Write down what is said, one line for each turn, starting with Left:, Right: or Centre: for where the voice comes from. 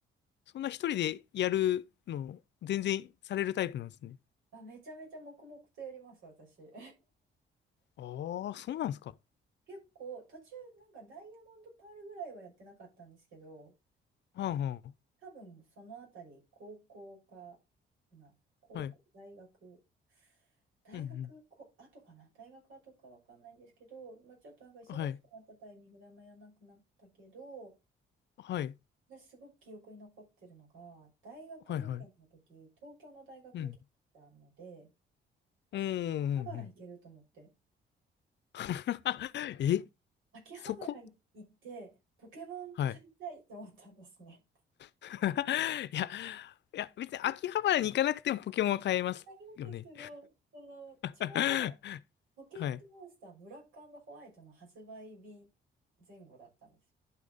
Left: そんな一人でやるの、全然されるタイプなんですね。
Right: あ、めちゃめちゃ黙々とやります、私。<laughs>
Left: ああ、そうなんですか。
Right: 結構、途中、なんかダイヤモンドパールぐらいはやってなかったんですけど、
Left: はんはん。
Right: 多分そのあたり、高校かな、高校、
Left: はい。
Right: 大学、大学こ後かな、
Left: うんうん。
Right: 大学後かわかんないんですけど、まあ、ちょっとなんか忙しくなったタイミングであんまやらなくなったけど、
Left: はい。はい。
Right: 私すごく記憶に残ってるのが、大学受験の時、
Left: はいはい。
Right: 東京の大学受けてたので、
Left: うん。うんうんうんうん。
Right: 秋葉原行けると思って、
Left: <laughs> え、
Right: 秋葉原行って、
Left: そこ
Right: ポケモン買いたいと思ったんですね。
Left: はい。<laughs> いや、いや、別に秋葉原に行かなくてもポケモンは買えますよね。
Right: <laughs> あるんですけど、その、
Left: <laughs>
Right: ちょうど、ポケットモンスターブラックホワイトの発売日
Left: はい。
Right: 前後だったんです。